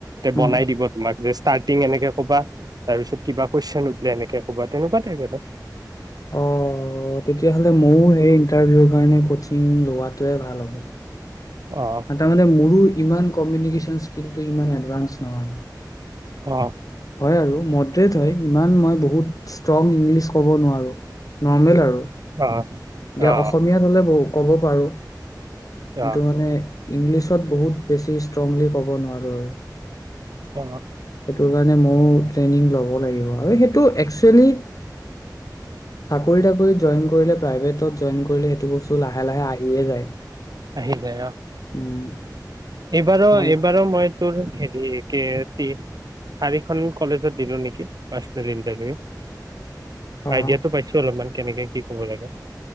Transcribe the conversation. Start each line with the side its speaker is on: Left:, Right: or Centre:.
Left: উম
Right: বনাই দিব তোমাক যে ষ্টাৰ্টিং এনেকে কবা তাৰপিছত কিবা কুৱেশ্বন সুধিলে এনেকে ক'বা তেনেকুৱা টাইপ আৰু
Left: অ তেতিয়াহলে ময়ো সেই ইণ্টাৰভিউৰ কাৰণে কচিং লোৱাত তোয়ে ভাল হ'ব। <inaudible>
Right: অ
Left: এটা মানে মোৰো ইমান কমিউনিকেশ্যন স্কিলটো ইমান এডভান্স নহয়।
Right: অ
Left: হয় আৰু ম <unintelligible> হয় ইমান মই বহুত ষ্ট্ৰং ইংলিছ ক'ব নোৱাৰোঁ। নৰ্মেল আৰু এতিয়া
Right: অ অ
Left: অসমীয়াত হ'লে বহুত ক'ব পাৰোঁ। কিন্তু
Right: অ
Left: মানে ইংলিছত বহুত বেছি ষ্ট্ৰংলি ক'ব নোৱাৰোঁ আৰু
Right: অ।
Left: সেইটো কাৰণে মইও ট্ৰেইনিং ল'ব লাগিব আৰু সেইটো একচুৱেলি চাকৰি-তাকৰিত জইন কৰিলে, প্ৰাইভেটত জইন কৰিলে সেইটো বস্তু লাহে লাহে আহিয়ে যায়।
Right: আহি যায় অ'।
Left: উম,
Right: এইবাৰো
Left: মই
Right: এইবাৰো মই তোৰ হেৰি, <unintelligible> চাৰিখন কলেজত দিলো নেকি পাৰ্চনেল ইণ্টাৰভিউ
Left: অ',
Right: আইডিয়াটো পাইছোঁ অলপমান কেনেকে কি ক'ব লাগে।